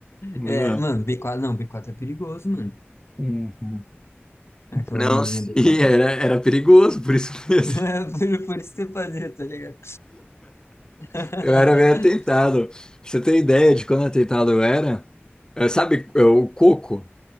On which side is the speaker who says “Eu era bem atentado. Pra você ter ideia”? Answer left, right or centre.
Left